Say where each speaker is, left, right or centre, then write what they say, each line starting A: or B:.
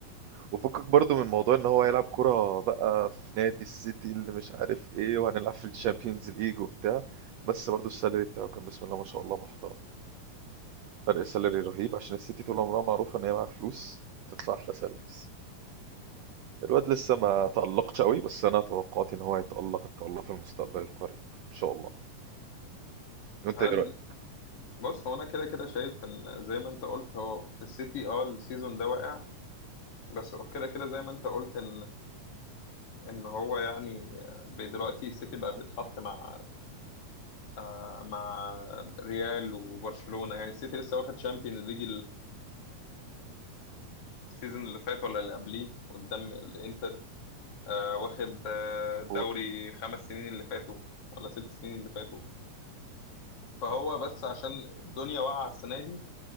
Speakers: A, on the right; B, on the left.
A: وفكك برضو من موضوع ان هو هيلعب كرة بقى في نادي السيتي اللي مش عارف ايه وهنلعب في الشامبيونز ليج وبتاع بس برضو السالري بتاعه كان بسم الله ما شاء الله محترم فرق السالري رهيب عشان السيتي طول عمرها معروفة ان هي معاها فلوس وبتدفع احلى سالاريز الواد لسه ما تألقش قوي بس انا توقعاتي ان هو هيتألق ان شاء الله في المستقبل القريب ان شاء الله وانت
B: هل
A: ايه رأيك
B: بص هو انا كده كده شايف ان زي ما انت قلت هو السيتي اه السيزون ده واقع بس هو كده كده زي ما انت قلت ان ان هو يعني ب- دلوقتي السيتي بقى بيتحط مع آه، مع ريال وبرشلونه يعني السيتي لسه واخد شامبيونز ليج السيزون اللي فات ولا اللي قبليه قدام الانتر آه واخد آه
A: مظبوط
B: دوري خمس سنين اللي فاتوا ولا ست سنين اللي فاتوا فهو بس عشان الدنيا واقعة السنة دي